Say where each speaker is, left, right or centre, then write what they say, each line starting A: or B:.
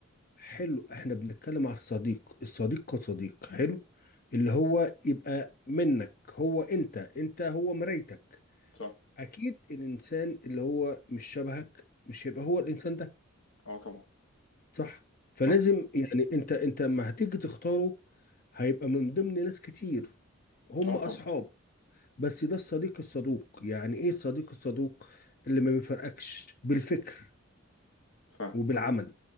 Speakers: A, on the left (about 45°); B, on the left (about 70°).
A: حلو احنا بنتكلم على الصديق الصديق كصديق حلو اللي هو يبقى منك هو انت انت هو مرايتك
B: صح
A: اكيد الانسان اللي هو مش شبهك مش هيبقى هو الانسان ده
B: اه طبعا
A: صح فلازم
B: صح
A: يعني انت انت لما هتيجي تختاره هيبقى من ضمن ناس كتير هم
B: اه
A: اصحاب
B: طبعا
A: بس ده الصديق الصدوق يعني ايه الصديق الصدوق اللي ما بيفرقكش بالفكر
B: فاهم
A: وبالعمل